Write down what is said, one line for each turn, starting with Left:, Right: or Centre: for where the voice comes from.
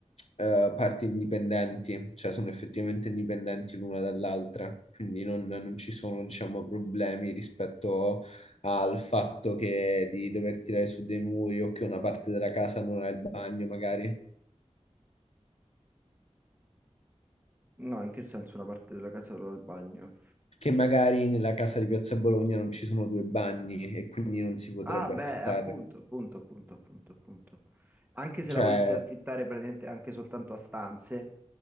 Left: eh, parti indipendenti, cioè sono effettivamente indipendenti l'una dall'altra, quindi non, non ci sono, diciamo, problemi rispetto al fatto che di dover tirare su dei muri o che una parte della casa non ha il bagno, magari.
Right: No, in che senso una parte della casa e l'altra del bagno?
Left: che magari nella casa di Piazza Bologna non ci sono due bagni e quindi non si potrebbe
Right: Ah, beh,
Left: affittare.
Right: appunto, appunto, appunto, appunto, appunto. Anche se
Left: Cioè,
Right: la volessi affittare praticamente anche soltanto a stanze,